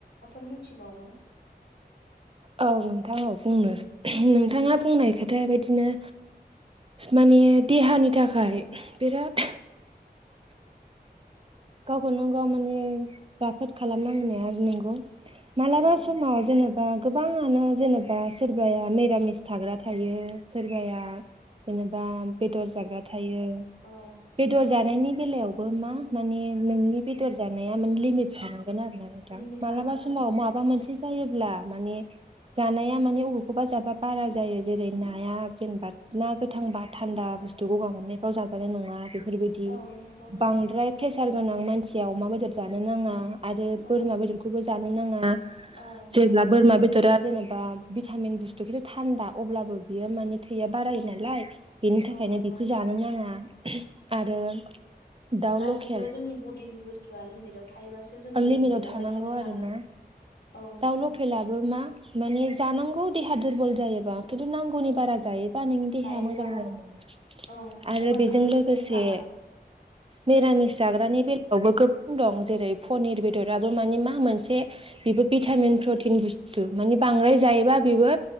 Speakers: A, on the left (about 80°); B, on the right (about 35°).
A: मोनथिबावो
B: औ नोंथां औ बुंनो नोंथाङा बुंनाय खोथा बायदिनो माने देहानि थाखाय बिराद गावखौनो गाव माने राफोद खालामनांनाया नंगौ मालाबा
A: औ
B: समाव जेनेबा गोबाङानो जेनेबा सोरबाया मिरामिस थाग्रा थायो सोरबाया जेनेबा बेदर जाग्रा थायो
A: औ
B: बेदर जानायनि बेलायावबो मा मानि नोंनि बेदर जानाया माने लिमिट थानांगोन आरो ना नोंथां
A: लिमिट
B: मालाबा
A: थानांगोन
B: समाव
A: औ
B: मा बा मोनसे जायोब्ला माने जानाया माने बबेखौबा जाबा बारा जायो जेरै नाया जेनेबा ना गोथांबा थान्दा बुस्थु गगा मोननायफ्राव जाजानाय नङा बेफोरबाय दि
A: औ नंगौ नोंथां
B: बांद्राय फ्रेसार गोनां मानसिया अमा बेदर जानो नाङा आरो बोरमा
A: औ
B: बेदरखौबो जानो नाङा
A: औ नंगौ
B: जेब्ला बोरमा बे दरा जेनेबा भिटामिन बुस्थु खिन्थु थान्दा अब्लाबो बियो माने थैया बारायो नालाय बेनि थाखायनो
A: औ नंगौ
B: बेखौ
A: नोंथां
B: जानो नाङा आरो दाउ
A: गासिबो
B: लकेल
A: जोंनि बडिनि बुस्थुआ लिमिटाव थायोबासो जोंबो
B: लिमिटाव
A: लिमिटावहाय
B: थानांगौ
A: थानो
B: आरोना
A: हागोन औ नोंथां
B: दाउ लकेेलबो मा माने जानांगौ देहा दुरबल जायोबा खिन्थु नांगौनि
A: औ
B: बारा जायोबा नोंनि देहाया
A: जायोब्ला
B: मोजां जानाय
A: औ
B: नङा
A: औ
B: आरो
A: अभार
B: बेजों
A: गोग्लैसोनानैसो
B: लोगोसे
A: थागोन <inaudible>
B: मिरामिस जाग्रानि बेलायावबो गोबां दं जेरै पनिर बेदराबो मानि मा मोनसे बेबो भिटामिन प्रटिन बुस्थु माने बांद्राय
A: उम
B: जायोबा बेबो